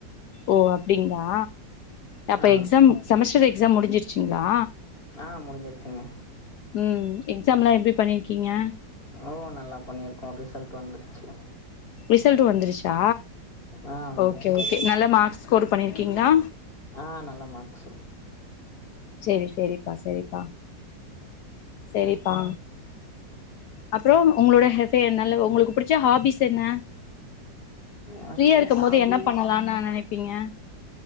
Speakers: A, on the left; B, on the left.
A: ஒ அப்டிங்ளா அப்ப
B: ஆ
A: எக்ஸாம் செமஸ்டர் எக்ஸாம் முடிஞ்சிருச்சிங்ளா
B: அ முடிஞ்சிருச்சிங்க
A: ம் எக்ஸாம்லா எப்புடி பண்ணிருக்கீங்க
B: அ, ஓ நல்லா பண்ணியிருக்கோ ரிசல்ட் வந்துருச்சி
A: ரிசல்டு வந்துருச்சா
B: ஆ வந்துருச்சு
A: ஓகே ஓகே நல்லா மார்க் ஸ்கோர் பண்ணிருக்கீங்களா
B: ஆ, நல்லா மார்க்ஸு
A: சேரி சேரிப்பா சேரிப்பா சேரிப்பா அப்றோ உங்ளோட ஹெஃபே நல்ல உங்களுக்கு புடிச்ச ஹாபிஸ் என்ன
B: எனக்கு
A: ஃப்ரீயா
B: பிடிச்ச
A: இருக்கு போது
B: ஹாபீஸ்
A: என்னா பண்ணலான்னு ந நெனப்பீங்க.